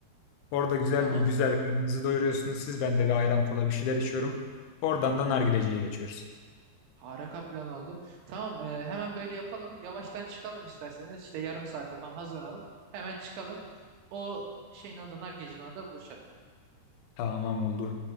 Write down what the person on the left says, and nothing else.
Orada güzel
bir güzel karnınızı doyuruyorsunuz siz. Ben de bir ayran kola bir şeyler içiyorum. Oradan da nargileciye geçiyoruz.
Tamam oldu.